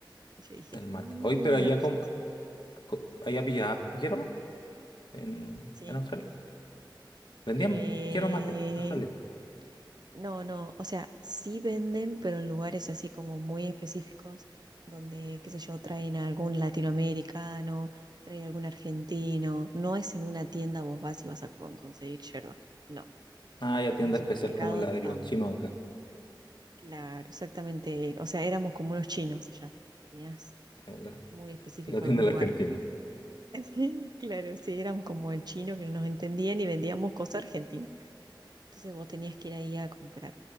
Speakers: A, on the right; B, on the left.
A: Y yo dije,
B: El mate.
A: "Mm,
B: Hoy, pero allá,
A: me gusta,
B: como, co- allá pillaba hierba en,
A: ¿sí?
B: en Australia. Vendían
A: Eh,
B: quiero mate, Australia.
A: no, no, o sea, sí venden, pero en lugares así como muy específicos, donde, qué sé yo, traen a algún latinoamericano, traen a algún argentino. No es en una tienda vos vas y vas a con- conseguir yerba. No
B: Ah, ya tienda
A: En un supermercado
B: especial como la de
A: tampoco.
B: los chinos acá,
A: Claro, exactamente. O sea, éramos como unos chinos allá. Tenías
B: eh, la,
A: muy específico
B: la tienda
A: algún lugar.
B: del argentino.
A: <laughs> Claro, sí, éramos como el chino que no nos entendían y vendíamos cosas argentinas. Entonces vos tenías que ir ahí a comprar.